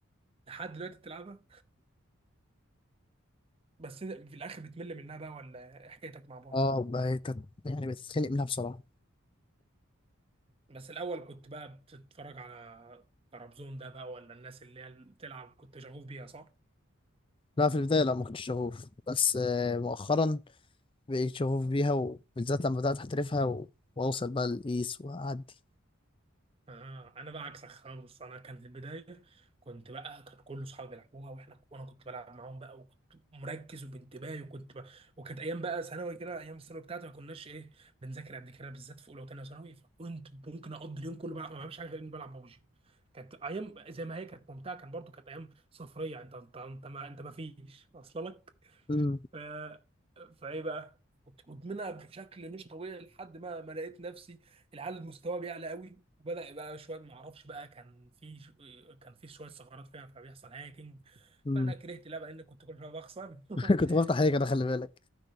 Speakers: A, on the right; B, on the left.
A: لحد دلوقتي بتلعبها بس إنت في الاخر بتمل منها بقى ولا إيه حكايتك مع بابجي
B: اه بقيت يعني بتتخنق منها بصراحه
A: بس الاول كنت بقى بتتفرج على ترابزون ده بقى ولا الناس اللي هي اللي بتلعب كنت شغوف بيها صح؟
B: لا في البدايه لا ما كنتش شغوف بس آه، مؤخرا بقيت شغوف بيها وبالذات لما بدات احترفها و... واوصل بقى للقيس واعدي
A: آه انا بقى عكسك خالص انا كان في البدايه كنت بقى كان كل اصحابي بيلعبوها واحنا وانا كنت بلعب معاهم بقى وكنت مركز وبانتباهي وكنت بقى وكانت ايام بقى ثانوي كده ايام الثانوي بتاعتي ما كناش ايه بنذاكر قد كده بالذات في اولى وثانيه ثانوي فكنت ممكن اقضي اليوم كله بقى ما بعملش حاجه غير اني بلعب ببجي كانت ايام زي ما هي كانت ممتعه كان برضو كانت ايام صفريه انت انت انت ما انت ما فيش واصله لك
B: مم،
A: ف... فايه بقى كنت مدمنها بشكل مش طبيعي لحد ما ما لقيت نفسي العيال مستواه بيعلى قوي وبدا يبقى شويه ما اعرفش بقى كان في ش- كان في شويه ثغرات فيها فبيحصل هاكينج
B: مم.
A: فانا كرهت اللعبه لان كنت كل شويه بخسر
B: <laughs> كنت
A: <laughs>
B: بفتح هيك انا خلي بالك